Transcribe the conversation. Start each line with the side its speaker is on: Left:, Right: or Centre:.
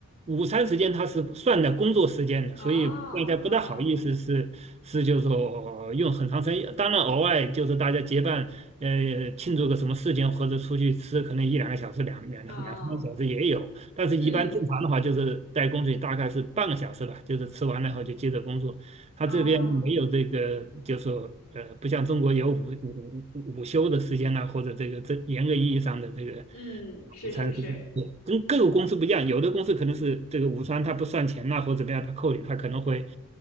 Right: 午餐时间它是算在工作时间的，
Left: 哦哦
Right: 所以大家不大好意思是是就是说用很长时间。当然，偶尔就是大家结伴呃庆祝个什么事情或者出去吃，可能一两个小时、两两两三个小时也有。
Left: 哦。
Right: 但是，
Left: 嗯
Right: 一般正常的话就是在工作大概是半个小时吧，就是吃完了以后就接着工作。他这边没有这个，
Left: 哦，
Right: 就是说呃，不像中国有午午午午休的时间呐、或者这个这严格意义上的这个
Left: 嗯，是是是，
Right: 午餐就是跟各个公司不一样。有的公司可能是这个午餐它不算钱呐、或者怎么样，他扣你，他可能会